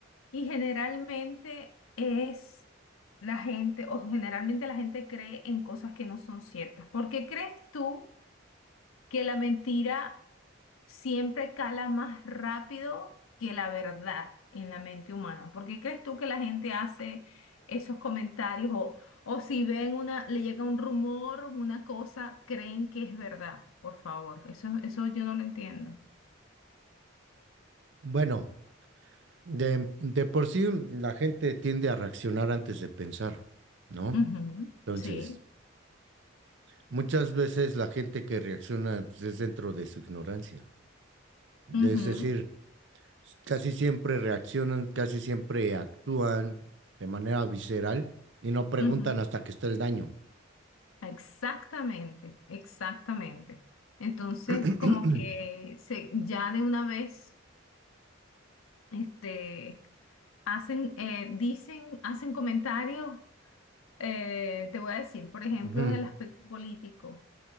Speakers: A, on the left; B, on the right.
A: Y generalmente es la gente, o generalmente la gente cree en cosas que no son ciertas. ¿Por qué crees tú? que la mentira siempre cala más rápido que la verdad en la mente humana. ¿Por qué crees tú que la gente hace esos comentarios o, o si ven una, le llega un rumor, una cosa, creen que es verdad? Por favor, eso, eso yo no lo entiendo.
B: Bueno, de, de por sí la gente tiende a reaccionar antes de pensar, ¿no?
A: Ujú,
B: Entonces,
A: sí.
B: muchas veces la gente que reacciona pues, es dentro de su ignorancia.
A: ujú,
B: Es decir, casi siempre reaccionan, casi siempre actúan de manera visceral y no preguntan
A: ujú.
B: hasta que está el daño.
A: Exactamente, exactamente. Entonces,
B: <clears throat>
A: como que se, ya de una vez, este, Hacen, eh, dicen, hacen comentarios, eh, te voy a decir, por ejemplo,
B: Ujú,
A: en el aspecto político,